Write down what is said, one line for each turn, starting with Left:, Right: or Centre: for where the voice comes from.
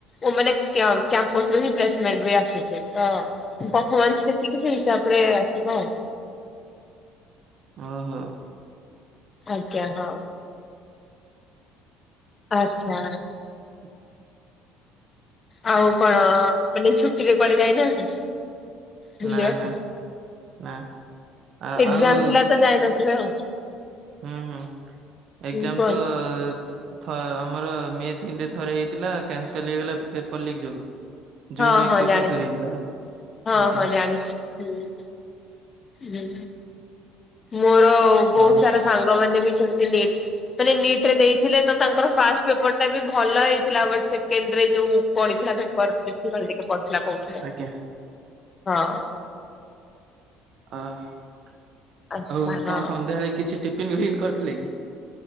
Left: ଓ ମାନେ କ୍ୟାମ୍ କ୍ୟାମ୍ପସ ରେ ହିଁ ପ୍ଲେସ ମେଣ୍ଟ <unintelligible> ଆସିଥିବେ, ତ ପଫମାନ୍ସ ସେତିକି ସେଇ ହିସାବ ଉପରେ ଆସିବ।
Right: ହଁ ହଁ।
Left: ଆଜ୍ଞା, ହଁ। ଆଛା।
Right: ହୁଁ।
Left: ଆଉ କଣ ମାନେ ଏଇ ଛୁଟିରେ କୁଆଡେ ଯାଇନାହାନ୍ତି? ବୁଲିବାକୁ?
Right: ନା ନା, ନା, ଆ
Left: ଏକ୍ଜାମ
Right: ଆଉ
Left: ଥିଲା ତ ଯାଇନଥିବେ ଆଉ
Right: ହୁଁ ହୁଁ,
Left: ହୁଁ
Right: ଏକ୍ଜାମ
Left: କୁହନ୍ତୁ।
Right: ତ ଥ ଆମର ମେଥିନ ରେ ଥରେ ହେଇଥିଲା, କ୍ୟାନସଲ ହେଇଗଲା ପେପର ଲିକ ଯୋଗୁ। ଜୁନ
Left: ହଁ ହଁ
Right: ଏକୋଇଶରେ
Left: ଜାଣିଛି,
Right: ଫେର ହେଇଥିଲା
Left: ହଁ
Right: ଆଜ୍ଞା
Left: ହଁ ଜାଣିଛି। ହୁଁ, ହୁଁ, ମୋର
Right: ହଁ
Left: ବହୁତ ସାରା ସାଙ୍ଗମାନୋନ ବି ସେମିତି ନିଟ୍ ମାନେ ନିଟରେ ଦେଇଥିଲେ ତ ତାଙ୍କର ଫାଷ୍ଟ ପେପର ଟା ବି ଭଲ ହେଇଥିଲା ବଟ ସେକଣ୍ଡରେ ଯୋଉ ପଡିଥିଲା ପେପର ଡିଫିକଲ୍ଟ ଟିକେ ପଡି ଥିଲା କହୁଥିଲେ,
Right: ଆଜ୍ଞା।
Left: ହଁ।
Right: ଅ, ଆଉ
Left: ଆଚ୍ଛା ହଁ।
Right: କଣ ସନ୍ଧ୍ୟାବେଳେ କିଛି ଟିଫିନ୍ ଭିନ୍ କରିଥିଲେ କି?